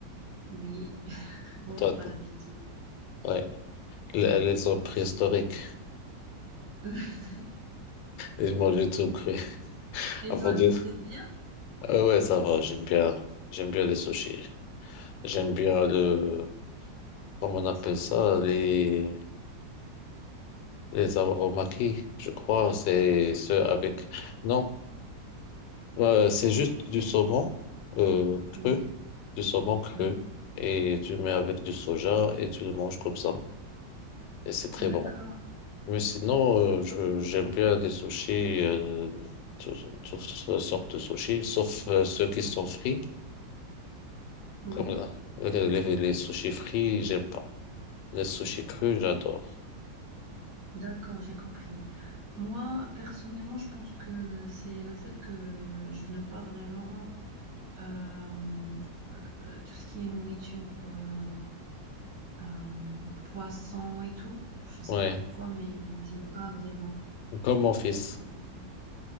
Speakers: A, on the right; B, on the left.
A: Oui, <laughs> moi
B: Toi,
A: j'ai pas
B: t-
A: l'habitude.
B: ouais, les, les hommes préhistoriques,
A: <laughs>
B: ils mangeaient tout cru. <laughs>
A: Et
B: Avant
A: toi,
B: de...
A: t'a- t'aimes bien?
B: Ah ouais, ça va, j'aime bien. J'aime bien les sushis. J'aime bien le... Comment on appelle ça? Les... Les aromaki, je crois. C'est ceux avec... Non, euh, c'est juste du saumon euh,
A: Oui,
B: cru. du saumon cru
A: oui,
B: et tu le mets avec du soja et tu le manges comme ça. Et c'est très
A: d'accord,
B: bon. Mais sinon, euh, je, j'aime bien des sushis, euh, tout- toutes sortes de sushis, sauf euh, ceux qui sont frits,
A: oui,
B: comme là. Euh, Les, les- les sushis frits, j'aime pas. Les sushis crus, j'adore.
A: d'accord, j'ai compris. Moi, personnellement, je pense que c'est le fait que je n'aime pas vraiment euh, euh, tout ce qui est nourriture, euh, euh, poisson et tout. Je ne sais
B: Ouais,
A: pas pourquoi, mais j'aime pas vraiment.
B: comme mon fils.
A: C'est pour ça.